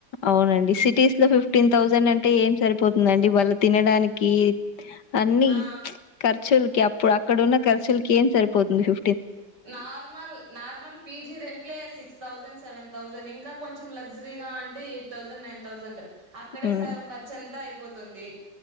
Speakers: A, on the left; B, on the right.
A: అవునండి సిటీస్ లో ఫిఫ్టీన్ థౌజండ్ అంటే ఏం సరిపోతుందండి వాళ్ళు తినడానికి అన్ని
B: ఆ
A: ఖర్చులకి అప్పుడు అక్కడ ఉన్న ఖర్చులకి ఏం సరిపోతుంది ఫి
B: నార్మల్ నార్మల్ పిజీ రెంట్లే సిక్స్ థౌసండ్ సెవెన్ థౌసండ్ ఇంకా కొంచెం లగ్జరీ గా అంటే ఎయిట్ థౌసండ్ నైన్ థౌసండ్ అక్కడే
A: మ్మ్
B: సగం ఖర్చంతా అయి పోతుంది